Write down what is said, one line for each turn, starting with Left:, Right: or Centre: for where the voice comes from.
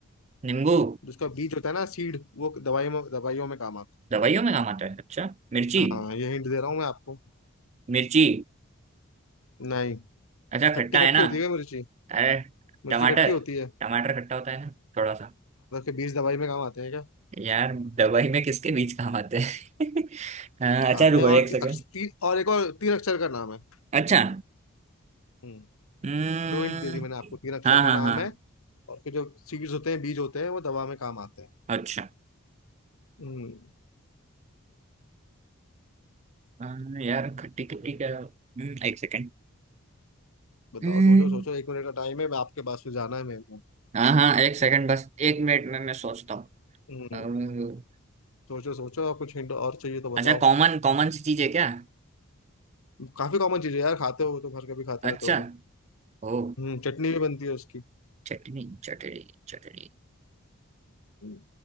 Right: नींबू
Left: जिसका बीज होता है ना सीड वो दवाई में दवाइयों में काम आता है
Right: दवाइयों में काम आता है अच्छा मिर्ची
Left: हाँ ये हिंट दे रहा हूँ मैं आपको
Right: मिर्ची
Left: नहीं
Right: अच्छा खट्टा
Left: खट्टी
Right: है
Left: खट्टी
Right: ना
Left: होती है क्या मिर्ची
Right: अरे
Left: मिर्ची
Right: टमाटर
Left: खट्टी होती है
Right: टमाटर खट्टा होता है ना थोड़ा सा
Left: मतलब के बीज दवाई में काम आते हैं क्या
Right: यार दवाई में किसके बीज काम आते हैं <laughs> हाँ, अच्छा
Left: आते
Right: रुको
Left: हैं और
Right: एक सेकंड
Left: ती, अक्ष, ती, और एक और तीन अक्षर का नाम है
Right: अच्छा
Left: हम्म
Right: हम्म,
Left: दो हिंट दे दी मैंने आपको तीन अक्षर
Right: हाँ
Left: का
Right: हाँ
Left: नाम
Right: हाँ
Left: है और के जो सीड्स होते हैं बीज होते हैं वो दवा में काम आते हैं
Right: अच्छा
Left: हम्म
Right: हाँ, यार खट्टी खट्टी क्या हम्म, एक सेकंड
Left: बताओ
Right: हम्म,
Left: सोचो सोचो एक मिनट का टाइम है मैं आपके पास से जाना है मेरे को
Right: हाँ हाँ एक सेकंड बस एक मिनट में मैं सोचता हूँ
Left: हम्म
Right: अम्म,
Left: सोचो सोचो और कुछ हिंट और चाहिए तो बताओ
Right: अच्छा कॉमन कॉमन सी चीज है क्या
Left: काफी कॉमन चीज है यार खाते हो तो घर का भी खाते रहते
Right: अच्छा
Left: होगे
Right: ओ
Left: हम्म चटनी भी बनती है उसकी
Right: चटनी चटनी चटनी
Left: हम्म,